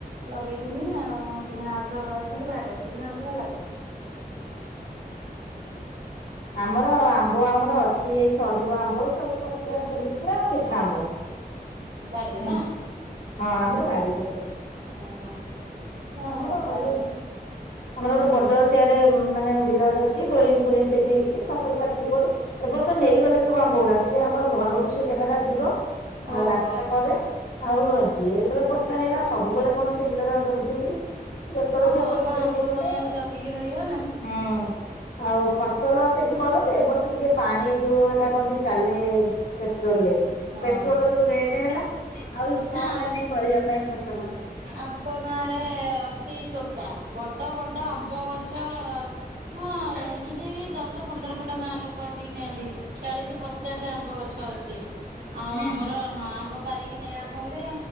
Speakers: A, on the right; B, on the left.
A: ଲଗେଇଥିନି ଆଉ ସୁଜନା ଗଛ କିନ୍ତୁ ବାଡିରେ ସୁଜନା ଗଛ ବାଡ଼ିରେ। <inaudible>
B: ଆମର ଆମ୍ବ ଆମର ଅଛି ଏଇ ସରିବ ଆମ୍ବ ଏଇ ସବୁ ପଛରୁ ଆଣିଛନ୍ତି ପୁରା ମିଠା ଆମ୍ବ।
A: ବାଡିରେ
B: ହୁଁ
A: ନା?
B: ହଁ ଆମର ବାଡିରେ ସବୁ।
A: ହଁ ହଁ
B: ଆମର ଯୋଉ
A: <unintelligible>
B: ଆମର ଗୋଟେ ବଡ ସେଆଡେ ମାନେ ବିଲଡେ ଅଛି ବୋରିଙ୍ଗ ଫୋରିଂ ସେଇଠି ହେଇଛି ଫସଲପାତି ବି କରୁ ଏବ ବର୍ଷ ନେଇଗଲେ ସବୁ ଆମ୍ବ ଗୁଡା ଟିକେ ଆମର ଘରଠୁ ସେ ଜାଗା ଟା ଦୂର
A: ଓ
B: ଆଉ ରାସ୍ତା
A: ହୋ।
B: କରେ ଆଉ ଯିଏ ଯେତେବେଳେ ପଶିଲା ନେଲା ସବୁବେଳେ କଣ ସେ ବିଲରେ ଆଉ ଜଗିଥିବୁ କି। ଯେତେବେଳେ
A: ହଁ
B: ଯିଏ
A: ଆମ
B: ପଶିଲେ
A: ଆମ୍ବ
B: ନେଇଗଲା
A: ପାଇଁ ଆଉ
B: ଆ ହୁଁ।
A: ଜଗିକି ରହିବ ନା
B: ଆଉ ଫସଲ ସେଇଠି କରନ୍ତି ଏ ବର୍ଷ ଟିକେ ପାଣି ଯୋଉ ସେଟା କନ୍ତି ଚାଲେ ପେଟ୍ରୋଲ ରେ
A: ହଁ
B: ପେଟ୍ରୋଲ
A: ହଁ
B: ଯୋଉ ରେଟ ହେଲା ଆଉ ଇଚ୍ଛା
A: ନା
B: ହେଲାନି କରିବା ପାଇଁ ଫସଲ।
A: ଆଙ୍କ ଗାଁ ରେ ଅଛି ତୋଟା ବଡ଼ ବଡ଼ ଆମ୍ବ ଗଛ ହଁ ଏମିତି ଦଶ ପନ୍ଦର ଖଣ୍ଡ ଗାଁ ଲୋକ ଆସିକି ନିଅନ୍ତି ଚାଳିଶ ପଚାଶ ଆମ୍ବ ଗଛ ଅଛି ଆଉ
B: ହୁଁ।
A: ଆମର ହଁ ଆମ୍ବ ପାରିକି ନେଇ ଆସନ୍ତି